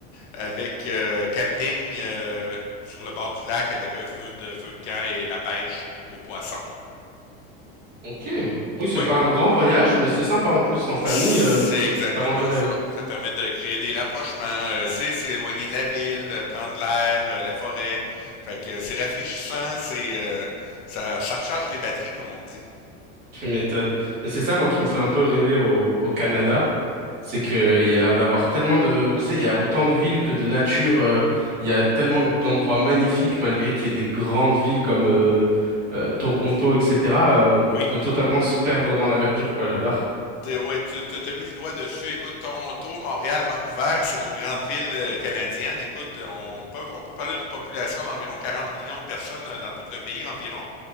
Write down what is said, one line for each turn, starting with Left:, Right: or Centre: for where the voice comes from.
Left: avec euh, camping euh, sur le bord du lac avec un feu de feu de camp et la pêche aux poissons.
Right: Ok. Oui, c'est
Left: Oui,
Right: pas un grand voyage, mais c'est sympa en plus en famille.
Left: c'est
Right: Euh,
Left: exactement
Right: ça vend du rêve.
Left: ça. Ça permet de créer des rapprochements. Euh, c'est s'éloigner de la ville, euh, prendre l'air, euh, la forêt. Fait que euh, c'est rafraîchissant, c'est euh, ça, ça recharge les batteries, comme on dit.
Right: Tu m'étonnes. Mais c'est ça, moi, qui me fait un peu rêver au, au Canada. C'est qu'il y a l'air d'avoir tellement de... Tu sais, il y a autant de villes que de nature. euh, Il y a tellement d'endroits magnifiques, malgré qu'il y ait des grandes villes comme euh, euh, Toronto, etc. euh, on,
Left: Oui.
Right: on peut totalement se perdre dans la verdure, quoi. J'adore.
Left: T'es- ouais, tu tu- t'as mis le doigt dessus. Écoute, Toronto, Montréal, Vancouver, c'est nos grandes villes euh, canadiennes. Écoute, on peut, on peut parler d'une population d'environ 40 millions de personnes euh, dans tout le pays environ.